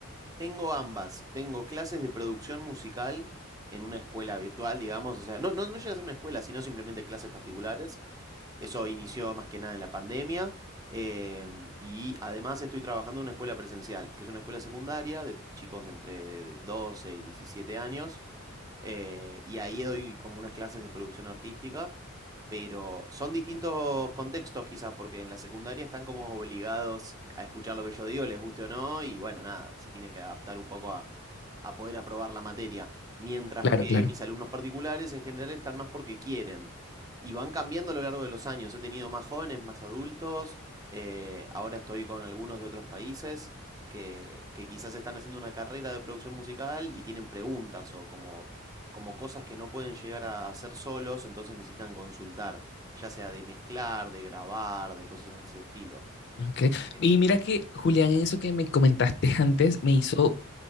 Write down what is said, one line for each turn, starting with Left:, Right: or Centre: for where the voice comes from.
Right: Tengo ambas. Tengo clases de producción musical en una escuela virtual, digamos. O sea, no, no, no llega a ser una escuela, sino simplemente clases particulares. Eso inició más que nada en la pandemia. em, y además estoy trabajando en una escuela presencial, que es una escuela secundaria de chicos de entre 12 y 17 años. eh, y ahí doy como unas clases de producción artística pero son distintos contextos quizá, porque en la secundaria están como obligados a escuchar lo que yo digo, les guste o no, y bueno, nada, se tienen que adaptar un poco a, a poder aprobar la materia. Mientras
Left: Claro,
Right: que
Left: claro.
Right: mis alumnos particulares en general están más porque quieren. Y van cambiando a lo largo de los años. He tenido más jóvenes, más adultos. eh, ahora estoy con algunos de otros países que, que quizás están haciendo una carrera de producción musical y tienen preguntas o como como cosas que no pueden llegar a hacer solos, entonces necesitan consultar, ya sea de mezclar, de grabar, de cosas de ese estilo.
Left: Ok.
Right: Eh,
Left: Y mira que, Julián, eso que me comentaste <laughs> antes me hizo